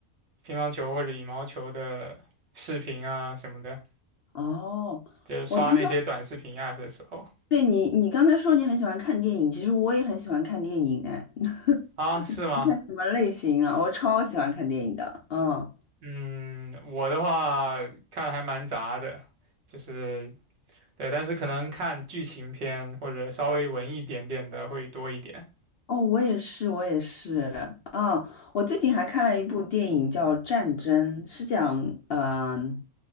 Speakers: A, on the right; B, on the left.
A: 乒乓球或者羽毛球的视频啊什么的。
B: 哦，
A: 就刷那些短视频
B: 我听说
A: app 的时候
B: 对你，你刚才说你很喜欢看电影，其实我也很喜欢看电影，哎，<laughs> 你看什么类型啊？
A: 啊，是吗？
B: 我超喜欢看电影的，嗯，
A: 嗯，我的话看的还蛮杂的，就是对，但是可能看剧情片或者稍微文艺一点点的会多一点
B: 哦，我也是，我也是，嗯，我最近还看了一部电影叫《战争》，是讲，嗯、